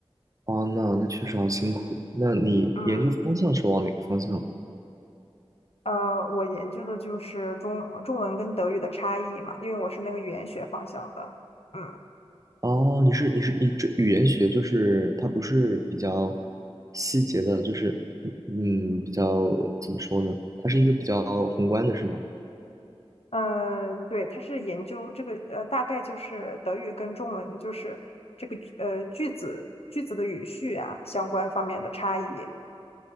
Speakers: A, on the right; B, on the left.
A: 哦，那那确实好辛苦。那你研究方向是往哪个方向呢？
B: 嗯，呃，我研究的就是中中文跟德语的差异嘛，因为我是那个语言学方向的。嗯
A: 哦，你是你是你这语言学就是它不是比较细节的，就是嗯比较怎么说呢？它是一个比较宏观的，是吗？
B: 嗯呃对，它是研究这个呃，大概就是德语跟中文就是这个呃句子句子的语序啊相关方面的差异。